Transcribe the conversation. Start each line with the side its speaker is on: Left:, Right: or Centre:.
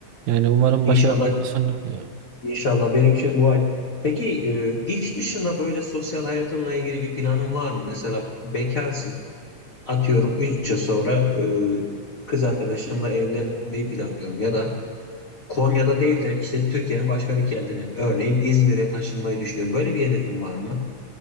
Right: Yani umarım
Left: İnşallah
Right: başarılı olursun. Ya,
Left: İnşallah benim için dua et. Peki e, iş dışında böyle sosyal hayatınla ilgili bir planın var mı? Mesela bekarsın. Atıyorum 3 yıl sonra e, kız arkadaşımla evlenmeyi planlıyorum. Ya da Konya'da değil de işte Türkiye'nin başka bir kentine. Örneğin İzmir'e taşınmayı düşünüyorum. Böyle bir hedefin var mı?